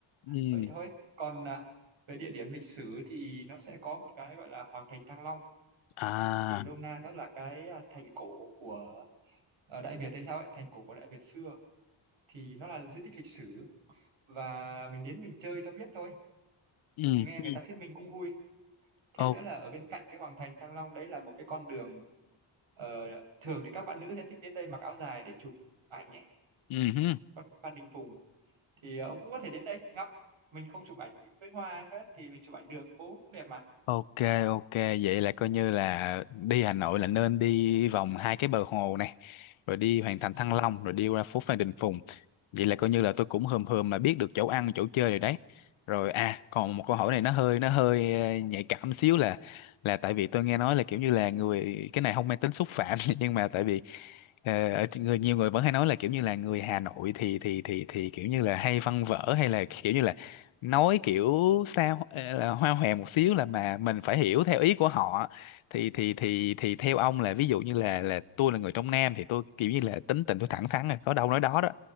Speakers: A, on the left; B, on the right.
A: ừ
B: vậy thôi còn à, về địa điểm lịch sử thì nó sẽ có một cái gọi là Hoàng thành Thăng Long
A: à
B: thì nôm na nó là cái à, thành cổ của ở Đại Việt hay sao ấy thành cổ của Đại Việt xưa thì nó là di tích lịch sử và mình đến mình chơi cho biết thôi
A: ừ
B: nghe
A: ừ
B: người ta thuyết minh cũng vui thêm
A: ô
B: nữa là ở bên cạnh cái Hoàng thành Thăng Long đấy là một cái con đường ờ, thường thì các bạn nữ sẽ thích đến đây mặc áo dài để chụp ảnh nhé
A: ừ hứ,
B: con đường Phan Đình Phùng thì ờ, ông cũng có thể đến đây ngắm mình không chụp ảnh với hoa hết thì mình chụp ảnh đường phố cũng đẹp mà
A: Ok, ok, vậy là coi như là đi Hà Nội là nên đi vòng hai cái bờ hồ này, rồi đi Hoàng Thành Thăng
B: Ừ.
A: Long, rồi đi qua phố Phan Đình Phùng. Vậy là coi như là tôi cũng hờm hờm là biết được chỗ ăn, chỗ chơi rồi đấy. Rồi à, còn một câu hỏi này nó hơi nó hơi ờ, nhạy cảm xíu là là tại vì tôi nghe nói là kiểu như là người cái này không mang tính xúc phạm <laughs> nhưng mà tại vì ờ, ở người nhiều người vẫn hay nói là kiểu như là người Hà Nội thì thì thì thì kiểu như là hay văn vở hay là kiểu như là nói kiểu sao ờ, là hoa hòe một xíu là mà mình phải hiểu theo ý của họ thì thì thì thì theo ông là ví dụ như là là tôi là người trong Nam thì tôi kiểu như là tính tình tôi thẳng thắn là có đâu nói đó đó